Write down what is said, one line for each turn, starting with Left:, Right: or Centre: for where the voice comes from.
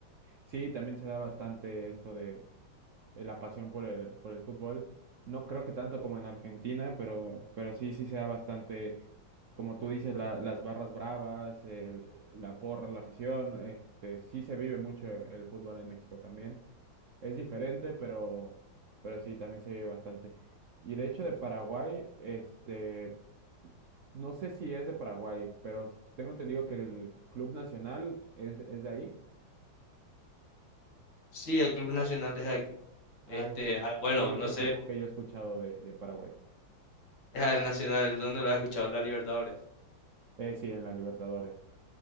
Right: Sí, también se da bastante esto de eh, la pasión por el, por el fútbol. No creo que tanto como en Argentina, pero, pero sí, sí se da bastante, como tú dices, la- las barras bravas, el- la porra, la afición. Este, sí se vive mucho el fútbol en México también. Es diferente, pero, pero sí, también se vive bastante. Y de hecho de Paraguay, este... No sé si es de Paraguay, pero tengo entendido que el Club Nacional es, es de ahí.
Left: Sí, el Club Nacional es de aquí.
Right: Ah,
Left: Este,
Right: es
Left: ah, bueno,
Right: el único
Left: no
Right: equipo
Left: sé,
Right: que yo he escuchado de, de Paraguay.
Left: es el Nacional, ¿dónde lo has escuchado? La Libertadores.
Right: Eh, sí, en la Libertadores.